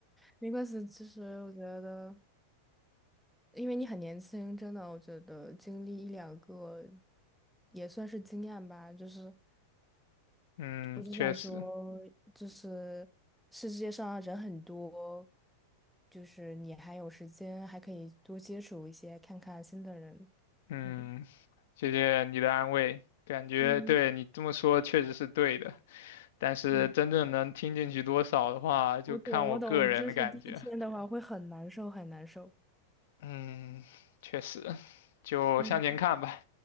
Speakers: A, in the centre; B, on the left.
A: 没关系。其实我觉得，因为你很年轻，真的，我觉得经历一两个也算是经验吧。就是
B: 嗯，
A: 我只想说，
B: 确实，
A: 就是世界上人很多，就是你还有时间，还可以多接触一些，看看新的人。
B: 嗯，
A: 嗯
B: 谢谢你的安慰，感觉对你这么说确实是对的，
A: 嗯
B: 但是真正能听进去多少的话，
A: 嗯，
B: 就看我个人的感觉。
A: 我懂，我懂。就是第一天的话会很难受，很难受。
B: 嗯，确实，就向前看吧。
A: 嗯